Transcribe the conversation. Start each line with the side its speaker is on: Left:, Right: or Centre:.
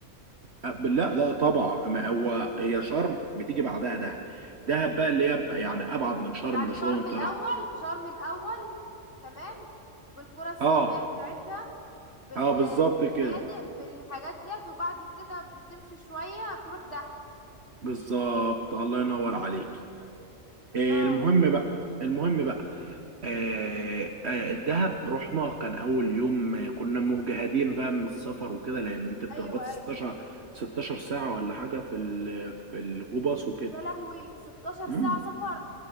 Right: آه، لا لا طبعا ما هو هي شرم بتيجي بعدها دهب دهب بقى اللي هي بقى يعني ابعد من شرم
Left: يعني
Right: بشويه
Left: شرم
Right: وانت
Left: الأول
Right: رايح
Left: شرم الأول تمام بالقرى السياحية
Right: اه
Left: بتاعتها بال...
Right: اه بالظبط كده
Left: بالفنادق بالحاجات ديت وبعد كده بتمشي شوية تروح ده
Right: بالظبط الله ينور عليك آه،
Left: اه
Right: المهم بقى المهم بقى آه، آه، الدهب رحنا كان اول يوم آه، كنا مجهدين بقى من السفر وكده لان انت بتخبط
Left: ايوه
Right: 16
Left: ايوه
Right: 16 ساعه ولا حاجه في ال- في الجو باص وكده
Left: يا لهوي 16
Right: مم.
Left: ساعة سفر